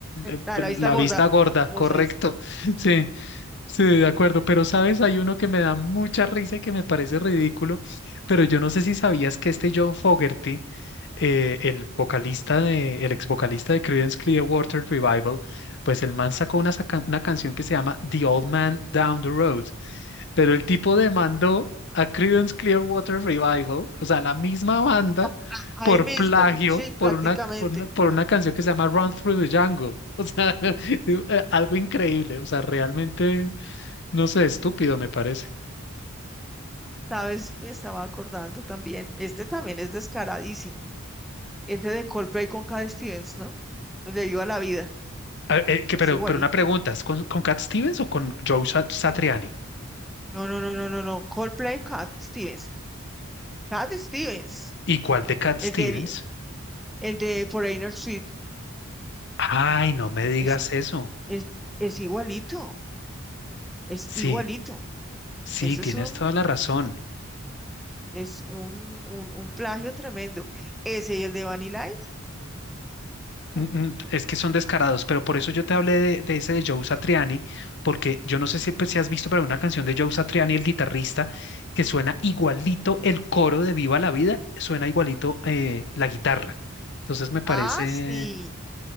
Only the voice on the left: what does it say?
eh,
p-
la
vista gorda,
correcto.
<laughs> Sí, sí, de acuerdo. Pero sabes, hay uno que me da mucha risa y que me parece ridículo, pero yo no sé si sabías que este John Fogerty eh, el vocalista de, el ex vocalista de Creedence Clearwater Revival, pues el man sacó una, saca- una canción que se llama The Old Man Down the Road, pero el tipo demandó a Creedence Clearwater Revival, o sea, la misma banda,
por
plagio,
por una, por una, por una canción que se llama Run Through the Jungle. O sea, <laughs> eh, algo increíble, o sea, realmente, no sé, estúpido me parece.
Ah, eh, que-
pero,
pero una pregunta, ¿es con, con Cat Stevens o con Joe Sa- Satriani?
¿Y cuál de Cat
Stevens?
Ay, no me digas
eso.
Sí,
sí,
tienes
toda la razón.
Mm, mm, Es que son descarados, pero por eso yo te hablé de, de ese de Joe Satriani, porque yo no sé si, pues, si has visto, pero una canción de Joe Satriani, el guitarrista, que suena igualito el coro de Viva la Vida, suena igualito eh, la guitarra. Entonces me parece,